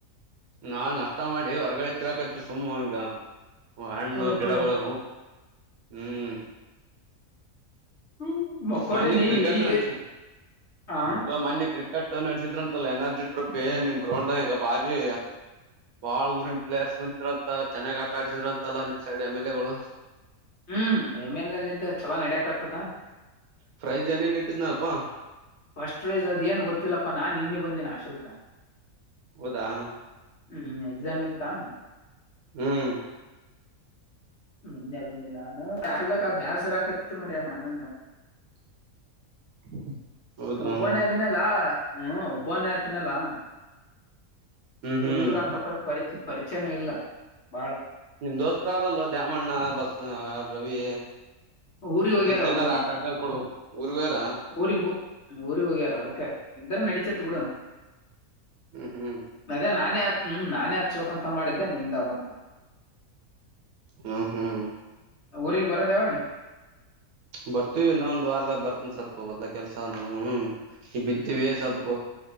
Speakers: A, on the right (about 75°); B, on the left (about 50°).
A: ನಾನ್ ನಷ್ಟ ಮಾಡಿ ಹೊರ್ಗಡೆ ತಿರಾಕಚ್ಚ ಸುಮ್ಮ್ ಹಂಗ ಹ ಹಣ್ಣು
B: ಹ್ಮ್
A: ಗಿಡಗಳು
B: ಹ್ಮ್
A: ಹ್ಮ್
B: ಹ್ಮ್, ಮಕ್ಕೊಂಡಿನಿ
A: ಮಾನ್ ಕ್ರಿಕೆಟ್
B: ಈಗ
A: ನ ಅಷ
B: ಆ
A: ಇ ಮಾನ್ ಕ್ರಿಕೆಟ್ ನಡೆಸಿದ್ರಂತೆಲ್ಲ ಎನರ್ಜಿ ರುಪ್ ನಿಮ್ ಗ್ರೌಂಡ್ ಈಗ ಬಾರಿ ಬಾಳ್ ಊರಿನ ಪ್ಲೇಯರ್ಸ್ ಬಂದಿದ್ರು ಅಂತ ಚೆನ್ನಾಗ್ ಆಟ ಆಡಸಿದ್ರು ಅಂತಲ್ಲ ನಿಮ್ ಸೈಡ್ ಎಮ್ ಎಲ್ ಎ ಗಳು
B: ಹ್ಮ್ಮೇಲೆಲ್ಲ ಇದಿದ್ದ ಚಲೋ ನಡ್ಯಾಕ್ ಆತದ
A: ಫ್ರೈ ಜನ ಏನ್ ಇಟ್ಟಿದ್ನನಪ್ಪಾ
B: ಫಸ್ಟ್ ಪ್ರೈಜ್ ಅದ ಏನ್ ಗೊತ್ತಿಲ್ಲಪ್ಪಾ ನಾ ನಿನ್ನೆ ಬಂದೇನ ಆಶುಲ್ಕಾ
A: ಹೌದಾ
B: ಹ್ಮ್ ಎಕ್ಸಾಮ್ ಇತ್ತಾ
A: ಹ್ಮ್
B: ನಿನ್ನೆ ಬಂದೆ ನಾನುಲ್ಲಕ್ಕ ಬೇಸರಾಕತ್ ಮರ ನಾನು
A: <inaudible> ಹೌದು ಹ್ಮ್
B: ಒಬ್ಬನೇ ಆದದಿನಲ್ಲಾ ಹ್ಮ್ ಒಬ್ಬನ ಆತಿನಲ್ಲಾ
A: ಹ್ಮ್
B: ಹುಡುಗರ ಅಂತ ಪರ ಪರಿ ಪರಿಚಯನ ಇಲ್ಲ ಬಾಳ
A: ನಿಮ್ ದೋಸ್ತ್ರ ಯಾರಲ್ಲೋ ದ್ಯಾಮಣ್ಣ ಬಸ್ ಯ ರವಿ
B: ಊರಿಗೆ
A: ಅವ್ರ
B: ಹೋಗ್ಯಾರ
A: ಜೊತೆ
B: ಅವರು
A: ಏನಾರ ಆಟ ಆಡ್ಕೊಂಡ್ ಕೊಡ್ಬೇಕು ಊರ್ವೇರ
B: ಉರಿ ಹ್ಮ ಉರಿ ಹೋಗಾರ ಅದಕ್ಕ ಇದರ ನಡಚತ್ ಬಿಡು
A: ಹ್ಮ್ ಹ್ಮ್
B: ಅದ ನಾನ ಆ ಹ್ಮ್ ನಾನೇ ಹಚ್ಬೇಕಂತ ಮಾಡಿದ್ದೆ ನಿಂದ ಒ
A: ಹ್ಮ ಹ್ಮ್
B: ಊರಿಗೆ ಬರೋದ ಯಾವಾಗೆ
A: ಬರ್ತೀವಿ ನೊ ಒಂದ್ ವಾರದಾಗ ಬರ್ತನಿ ಸ್ವಲ್ಪ ಹೊಲ್ದ ಕೆಲ್ಸ ನಾನು ಈ ಬಿತ್ತವಿ
B: ಹ್ಮ್
A: ಸ್ವಲ್ಪ